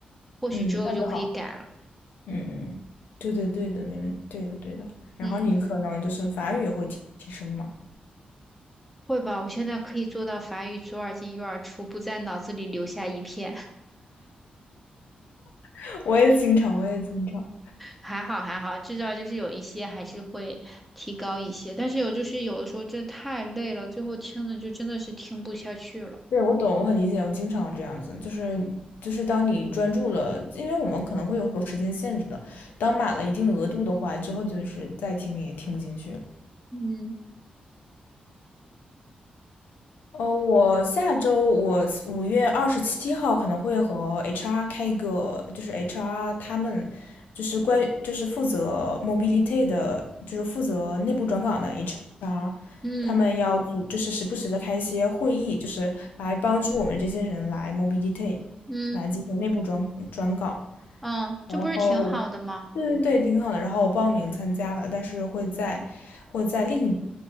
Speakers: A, in the centre; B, on the left (about 85°).
A: 或许之后就可以改了。
B: 嗯那就好。嗯嗯，对对对的，没问对的对的。然后你可能就是法语也会提提升嘛，
A: 嗯，会吧，我现在可以做到法语左耳进右耳出，不在脑子里留下一片。<laughs>
B: <laughs> 我也经常，我也经常。
A: 还好还好，至少就是有一些还是会提高一些，但是有就是有的时候真的太累了，最后听的就真的是听不下去了。
B: 对，我懂，我很理解，我经常这样子，就是就是当你专注了，因为我们可能会有时间限制的，当满了一定的额度的话，之后就是再听也听不进去了。
A: 嗯
B: 呃，我下周我五月二十七号可能会和 HR 开一个，就是 HR 他们就是关于就是负责 mobility 的，就是负责内部转岗的 HR，
A: 嗯
B: 他们要组就是时不时的开一些会议，就是来帮助我们这些人来 mobility，
A: 嗯
B: 来进行内部转转岗。
A: 嗯，这不是挺好的吗？
B: 然后，对对对，挺好的。然后我报名参加了，但是会在会在另一